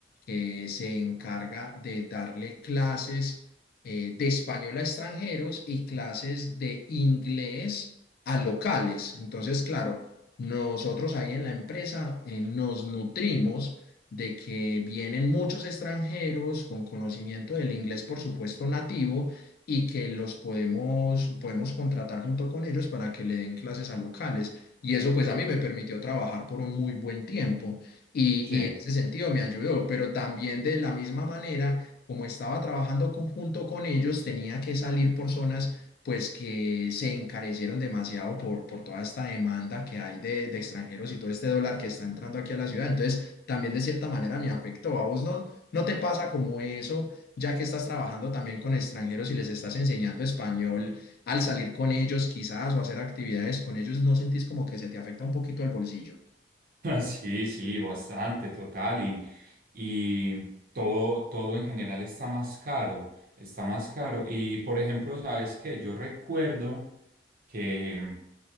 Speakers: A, on the left; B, on the right.
A: que se encarga de darle clases eh, de español a extranjeros y clases de inglés a locales. Entonces, claro, nosotros ahí en la empresa eh, nos nutrimos de que vienen muchos extranjeros con conocimiento del inglés, por supuesto, nativo y que los podemos, podemos contratar junto con ellos para que le den clases a locales. Y eso pues a mí me permitió trabajar por un muy buen tiempo y,
B: Sí.
A: y en ese sentido me ayudó, pero también de la misma manera, como estaba trabajando con- junto con ellos, tenía que salir por zonas pues que se encarecieron demasiado por, por toda esta demanda que hay de, de extranjeros y todo este dólar que está entrando aquí a la ciudad. Entonces, también de cierta manera me afectó. ¿A vos no, no te pasa como eso? ya que estás trabajando también con extranjeros y les estás enseñando español, al salir con ellos quizás o hacer actividades con ellos, ¿no sentís como que se te afecta un poquito el bolsillo?
B: <laughs> Sí, sí, bastante, total. Y, y todo, todo en general está más caro, está más caro. Y por ejemplo, ¿sabes qué? Yo recuerdo que,